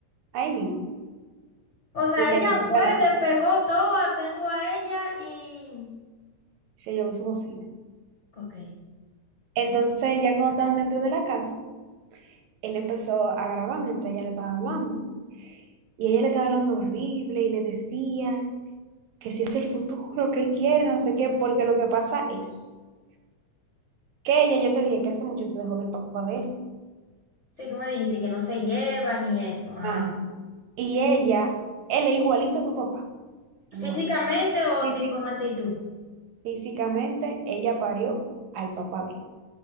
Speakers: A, on the right; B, on the left.
A: ahí mismo,
B: O sea,
A: y la
B: ella
A: llevó
B: fue,
A: para la casa,
B: despegó todo, atento a ella y...
A: y se llevó su bocina.
B: Ok.
A: Entonces, ya cuando estaban dentro de la casa, él empezó a grabar mientras ella le estaba hablando. Y ella le estaba hablando horrible y le decía que si es el futuro que él quiere, no sé qué, porque lo que pasa es que ella, yo te dije que hace mucho se dejó del papá de él.
B: Sí, tú me dijiste que no se llevan y eso, ajá.
A: Ajá. Y ella, él es igualito a su papá, igualito.
B: ¿Físicamente o
A: sí
B: tipo
A: sí
B: en actitud?
A: Físicamente, ella parió al papá de él.